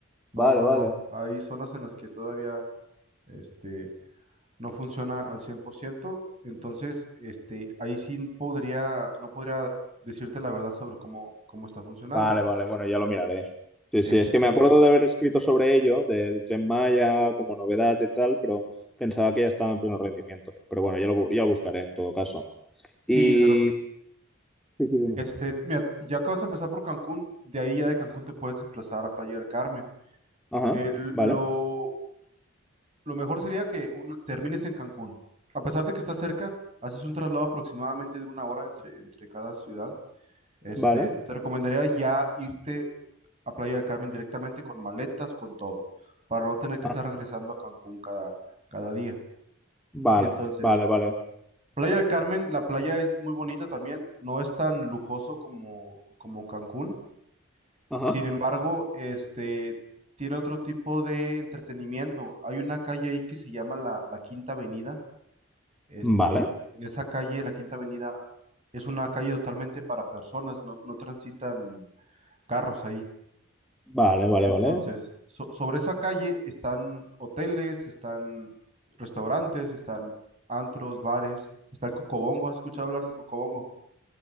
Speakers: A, on the right (about 30°); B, in the centre.
A: No,
B: Vale,
A: no,
B: vale.
A: no. Hay zonas en las que todavía este, no funciona al cien por ciento, entonces este, ahí sí podría, no podría decirte la verdad sobre cómo, cómo está funcionando.
B: Vale, vale, bueno, ya lo miraré. Sí,
A: Este,
B: sí, es
A: sí,
B: que me acuerdo de haber escrito sobre ello, del tren Maya como novedad y tal, pero pensaba que ya estaba en pleno rendimiento. Pero bueno, ya lo, bu- ya lo buscaré en todo caso. Y...
A: sí, pero
B: Sí, sí, dime.
A: este, mira, ya que vas a empezar por Cancún, de ahí ya de Cancún te puedes desplazar a Playa del Carmen.
B: Ajá,
A: Eh, lo,
B: vale.
A: lo mejor sería que un- termines en Cancún. A pesar de que está cerca, haces un traslado aproximadamente de una hora entre, entre cada ciudad Este,
B: Vale.
A: te recomendaría ya irte a Playa del Carmen directamente con maletas, con todo, para no tener que
B: Ah,
A: estar regresando a Cancún cada, cada día.
B: vale,
A: Entonces,
B: vale, vale.
A: Playa del Carmen, la playa es muy bonita también, no es tan lujoso como, como Cancún.
B: Ajá.
A: Sin embargo, este tiene otro tipo de entretenimiento. Hay una calle ahí que se llama la, la Quinta Avenida. Este,
B: Vale,
A: en esa calle, la Quinta Avenida, es una calle totalmente para personas, no, no transitan carros ahí.
B: vale, vale,
A: Entonces,
B: vale.
A: so- sobre esa calle están hoteles, están restaurantes, están antros, bares, está el Cocobongo. ¿Has escuchado hablar de Cocobongo?